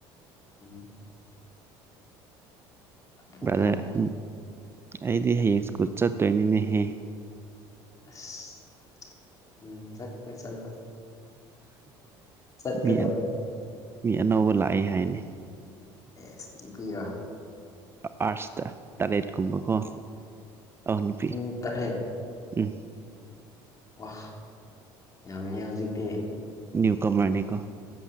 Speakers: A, on the left; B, on the right.
A: ꯎꯝ ꯐꯔꯦ
B: ꯕꯔꯥꯗꯔ
A: ꯐꯔꯦꯅꯦ
B: ꯑꯩꯗꯤ ꯍꯌꯦꯡ ꯁ꯭ꯀꯨꯜ ꯆꯠꯇꯣꯏꯅꯤꯅꯦꯍꯦ
A: ꯑꯁ ꯎꯝ ꯆꯠꯄ ꯆꯠꯂꯣ ꯆꯠꯀꯗꯕꯅꯤ
B: ꯃꯤ ꯃꯤ ꯑꯅꯧꯕ ꯂꯥꯛꯏ ꯍꯥꯏꯅꯤ
A: ꯑꯦꯁ ꯅꯨꯄꯤꯔꯣ
B: ꯑꯥꯔꯁꯇ ꯇꯂꯦꯠꯀꯨꯝꯕꯀꯣ ꯑꯎ ꯅꯨꯄꯤ
A: ꯃꯤ ꯇꯔꯦꯠ
B: ꯎꯝ
A: ꯋꯥ ꯌꯥꯝꯃꯤꯍꯦ ꯍꯧꯖꯤꯛꯇꯤ
B: ꯅꯤꯌꯨ ꯀꯃꯔꯅꯤꯀꯣ